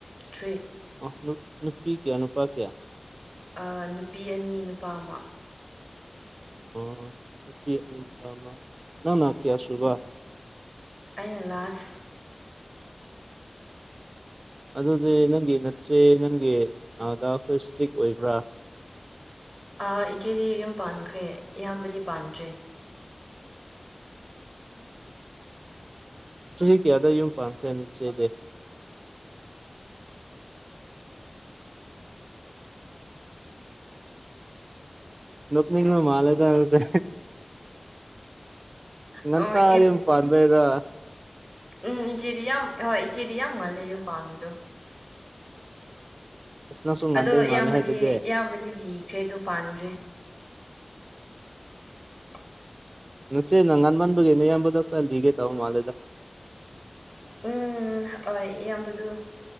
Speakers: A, in the centre; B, on the right (about 55°).
A: ꯊ꯭ꯔꯤ
B: ꯑ ꯅꯨ ꯅꯨꯄꯤ ꯀꯌꯥ ꯅꯨꯄꯥ ꯀꯌꯥ
A: ꯑ ꯅꯨꯄꯤ ꯑꯅꯤ ꯅꯨꯄꯥ ꯑꯃ
B: ꯑꯣ ꯅꯨꯄꯤ ꯅꯨꯄꯥ ꯑꯃ ꯅꯅ ꯀꯌꯥ ꯁꯨꯕ
A: ꯑꯩꯅ ꯂꯥꯁ
B: ꯑꯗꯨꯗꯤ ꯅꯪꯒꯤ ꯅꯠꯁꯦ ꯅꯪꯒꯤ ꯗꯥꯗ ꯈꯣꯏ ꯏꯁꯇ꯭ꯔꯤꯛ ꯑꯣꯏꯕ꯭ꯔꯥ
A: ꯑ ꯏꯆꯦꯗꯤ ꯌꯨꯝ ꯄꯥꯟꯈ꯭ꯔꯦ ꯏꯌꯥꯝꯕꯗꯤ ꯄꯥꯟꯗ꯭ꯔꯤ
B: ꯆꯍꯤ ꯀꯌꯥꯗ ꯌꯨꯝ ꯄꯥꯟꯈ꯭ꯔꯦ ꯅꯆꯦꯗꯤ ꯅꯣꯛꯅꯤꯡꯕ ꯃꯥꯂꯦꯗ ꯅꯪꯁꯦ ꯉꯟꯇ
A: ꯑꯣ
B: ꯌꯨꯝ ꯄꯥꯟꯕꯩꯔ
A: ꯎꯝ ꯏꯆꯦꯗꯤ ꯌꯥꯝ ꯍꯣꯏ ꯏꯆꯦꯗꯤ ꯌꯥꯝ ꯉꯂꯂꯦ ꯌꯨꯝ ꯄꯥꯟꯕꯗꯣ
B: ꯑꯁ ꯅꯪꯁꯨ ꯉꯥꯟꯗꯣꯏ
A: ꯑꯗꯣ ꯏꯌꯥꯝꯕꯗꯤ
B: ꯃꯥꯜꯂꯦ ꯍꯥꯏꯗꯨꯗꯤ
A: ꯏꯌꯥꯝꯕꯗꯤ ꯂꯤꯈ꯭ꯔꯦ ꯑꯗꯨ ꯄꯥꯟꯗ꯭ꯔꯤ <inaudible>
B: ꯅꯆꯦꯅ ꯉꯟꯃꯟꯕꯒꯤ ꯅꯥꯌꯥꯝꯕꯗꯣ ꯈꯔ ꯂꯤꯒꯦ ꯇꯧꯕ ꯃꯥꯜꯂꯤꯗ
A: ꯎꯝ ꯍꯣꯏ ꯏꯌꯥꯝꯕꯗꯨ